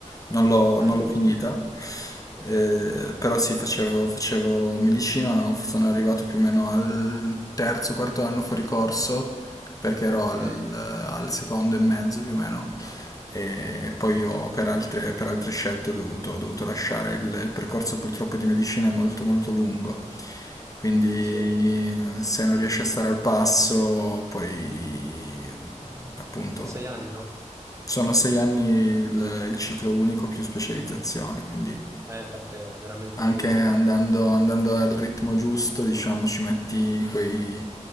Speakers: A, on the left (about 25°); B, on the right (about 20°).
A: non l'ho
B: Ah,
A: non
B: medicina.
A: l'ho finita,
B: Ok,
A: Eh, però sì, facevo, facevo medicina, sono arrivato più o meno al terzo, quarto anno fuori corso, perché ero
B: ok.
A: al, al secondo e mezzo più o meno, e poi ho per altre, per altre scelte ho dovuto, ho dovuto lasciare il, il percorso purtroppo di medicina è molto molto lungo, quindi
B: Sì, sì.
A: se non riesci a stare al passo, poi appunto
B: Sono sei anni, no?
A: sono sei anni il, il ciclo unico più specializzazione, quindi...
B: Eh, infatti è veramente
A: Anche
B: lungo,
A: andando, andando al ritmo giusto, diciamo, ci metti quei